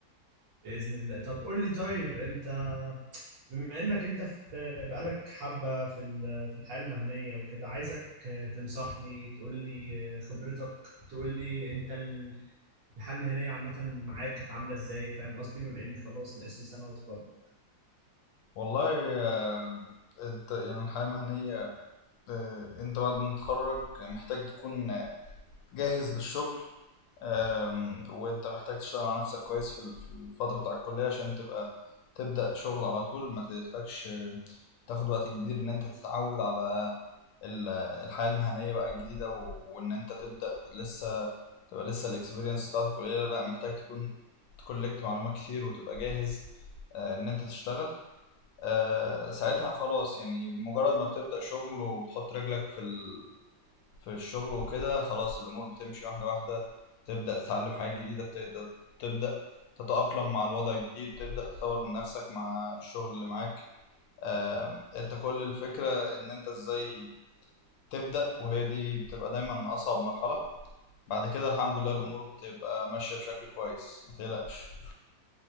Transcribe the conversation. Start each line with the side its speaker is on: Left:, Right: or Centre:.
Right: بإذن الله طب قول لي طيب انت بما انك انت في بقالك حبة في ال- في الحياة المهنية وكده عايزك تنصحني تقول لي خبرتك تقول لي انت الحياة المهنية عامة معاك كانت عاملة ازاي فاهم قصدي بما اني خلاص ناقص لي سنة واتخرج
Left: والله آه، انت يعني الحياة المهنية آه، انت بعد ما تتخرج محتاج تكون آه، جاهز للشغل آم، وانت محتاج تشتغل على نفسك كويس في ال- في الفترة بتاع الكلية عشان تبقى تبدأ شغل على طول ما تحتاجش آه، تاخد وقت كبير ان انت تتعود على ال- الحياة المهنية بقى الجديدة و- وان انت تبدأ لسه تبقى لسه الاكسبيرينس بتاعتك قليلة لا محتاج تكون تكولكت معلومات كتير وتبقى جاهز آه، ان انت تشتغل آه، ساعتها خلاص يعني مجرد ما بتبدأ شغل وبتحط رجلك في ال في الشغل وكده خلاص الأمور بتمشي واحدة واحدة بتبدأ تتعلم حاجات جديدة بتبدأ تبدأ تتأقلم مع الوضع الجديد تبدأ تطور من نفسك مع الشغل اللي معاك آم، انت كل الفكرة ان انت ازاي تبدأ وهي دي بتبقى دايما أصعب مرحلة بعد كده الحمد لله الأمور بتبقى ماشية بشكل كويس ما تقلقش